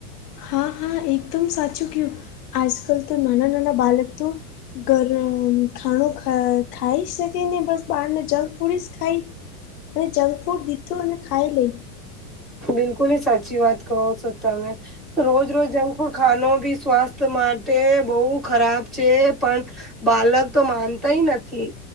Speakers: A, on the left; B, in the centre.
A: હા, હા, એકદમ સાચું કહ્યું, આજકલ તો નાના-નાના બાળક તો ગરમ ખાણું ખાઈ શકે ને, બસ બહારને જંક ફૂડ જ ખાય. અને જંક ફૂડ દીધો અને ખાઈ લઈ.
B: બિલકુલ, સાચી વાત કહો છો તમે. રોજ-રોજ જંક ફૂડ ખાનો બી સ્વાસ્થ માટે બહુ ખરાબ છે, પણ બાલક તો માનતાય નથી.